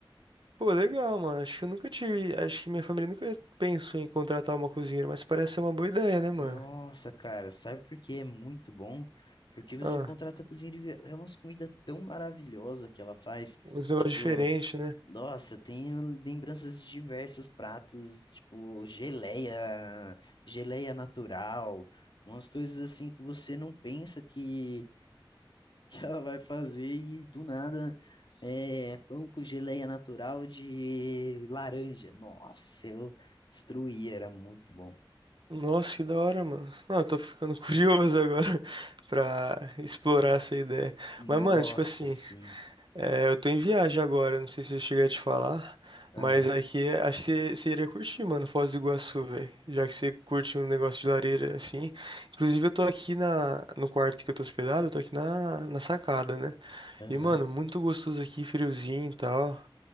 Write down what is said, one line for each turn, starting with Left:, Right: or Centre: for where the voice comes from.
Right: Pô, legal, mano. Acho que eu nunca tive. Acho que minha família nunca pensou em contratar uma cozinheira, mas parece ser uma boa ideia, né, mano?
Left: Nossa, cara, sabe por que é muito bom? Porque você
Right: Ah,
Left: contrata a cozinheira e é umas comidas tão maravilhosas que ela faz.
Right: uns negócios
Left: Tipo,
Right: diferentes, né?
Left: nossa, eu tenho lembranças de diversos pratos, tipo geleia, geleia natural, umas coisas assim que você não pensa que, <laughs> que ela vai fazer e do nada é é pão com geleia natural de laranja. Nossa, eu destruí, era muito bom.
Right: Nossa, que da hora, mano. Não, eu tô ficando curioso <laughs> agora pra explorar essa ideia.
Left: Nossa,
Right: Mas, mano, tipo assim,
Left: sim.
Right: é, eu tô em viagem agora, não sei se eu cheguei a te falar,
Left: Aham,
Right: mas aqui é- acho que você você iria curtir, mano, Foz do Iguaçu, velho. Já que você curte um negócio de lareira assim. Inclusive, eu tô aqui na, no quarto que eu tô hospedado, eu tô aqui na, na sacada, né?
Left: aham.
Right: E, mano, muito gostoso aqui, friozinho e tal.